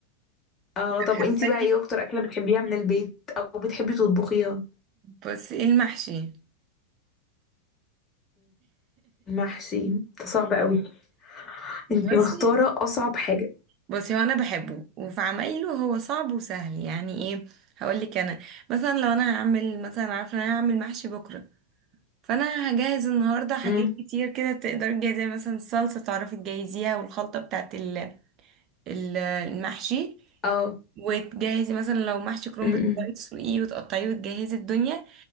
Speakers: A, on the left (about 25°); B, on the right (about 35°).
A: أه طب
B: حساكي
A: أنتي بقى إيه أكتر أكلة بتحبيها من البيت أو بتحبي تطبخيها
B: بصي المحشي
A: المحشي ده صعب قوي
B: بصي
A: أنتي مختارة أصعب حاجة
B: بصي هو انا بحبه وفي عمايله هو صعب وسهل يعني ايه هقولك انا مثلا لو انا هعمل مثلا عارفه ان انا هعمل محشي بكره فانا هجهز النهارده حاجات
A: امم
B: كتير كده تقدري تجهزيها مثلا الصلصه تعرفي تجهزيها والخلطه بتاعت ال- ال- المحشي
A: أه
B: وتجهزي مثلا لو محشي كرنب
A: أمم.
B: تقدري تسلقيه وتقطعيه وتجهزي الدنيا